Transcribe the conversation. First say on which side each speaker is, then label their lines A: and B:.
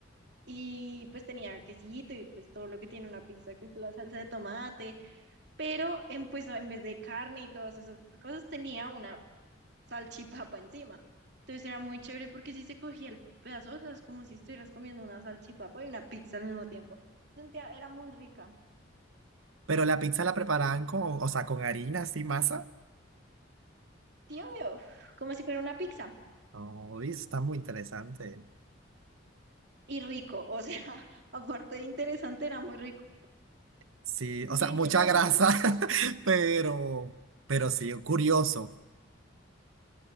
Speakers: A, on the right; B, on the right.
A: y pues tenía quesito y pues todo lo que tiene una pizza, que es la salsa de tomate, pero en, pues en vez de carne y todas esas cosas tenía una salchipapa encima. Entonces era muy chévere porque si se cogía el pedazo, o sea, es como si estuvieras comiendo una salchipapa y una pizza al mismo tiempo. Sentía, era muy rica.
B: Pero la pizza la preparaban con, o sea, con harina, así, masa.
A: Sí, obvio, como si fuera una pizza.
B: Oh, y eso está muy interesante.
A: Y rico, o sea, <laughs> aparte de interesante, era muy rico.
B: Sí,
A: Yo
B: o sea,
A: intenté
B: mucha grasa,
A: replicarlo,
B: <laughs> pero, pero sí, curioso.